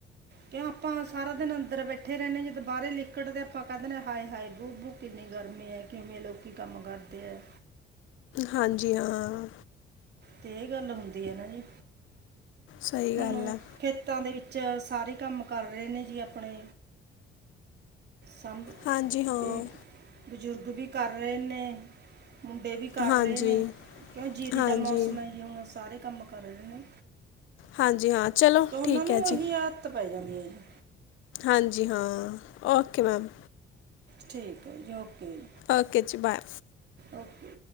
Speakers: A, on the right; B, on the left.
A: ਕਿਉਂ ਆਪਾਂ ਸਾਰਾ ਦਿਨ ਅੰਦਰ ਬੈਠੇ ਰਹਿੰਦੇ ਜਦ ਬਾਰੇ ਲਿਕੜਦੇ ਤੇ ਆਪਾਂ ਕਹਿੰਦੇ ਹਾਏ-ਹਏ ਬੂ ਬੂ ਕਿੰਨੀ ਗਰਮੀ ਹੈ ਕਿਵੇਂ ਲੋਕੀ ਕੰਮ ਕਰਦੇ ਹੈ।
B: ਹਾਂਜੀ ਹਾਂ,
A: ਤੇ ਇਹ ਗੱਲ ਹੁੰਦੀ ਹੈ ਨਾ ਜੀ
B: ਸਹੀ
A: ਹੁਣ
B: ਗੱਲ ਹੈ
A: ਖੇਤਾਂ ਦੇ ਵਿੱਚ, ਚ ਸਾਰੇ ਕੰਮ ਕਰ ਰਹੇ ਨੇ ਜੀ ਆਪਣੇ ਸਭ
B: ਹਾਂਜੀ ਹਾਂ
A: ਵੀ ਬਜ਼ੁਰਗ ਵੀ ਕਰ ਰਹੇ ਨੇ ਮੁੰਡੇ ਵੀ ਕਰ
B: ਹਾਂਜੀ
A: ਰਹੇ ਨੇ ਕਿਉਂ ਜੀਰੀ
B: ਹਾਂਜੀ
A: ਦਾ ਮੌਸਮ ਹੈ ਜੀ ਹੁਣ ਸਾਰੇ ਕੰਮ ਕਰ ਨੇ
B: ਹਾਂਜੀ ਹਾਂ ਚਲੋ
A: ਤੇ ਉਹਨਾਂ
B: ਠੀਕ
A: ਨੂੰ
B: ਹੈ ਜੀ
A: ਉਹੀ ਆਦਤ ਪੈ ਜਾਂਦੀ ਹੈ ਜੀ
B: ਹਾਂਜੀ ਹਾਂ ਓਕੇ ਮੈਮ
A: ਠੀਕ ਹੈ ਜੀ ਓਕੇ ਜੀ
B: ਓਕੇ ਜੀ ਬਾਏ,
A: ਓਕੇ,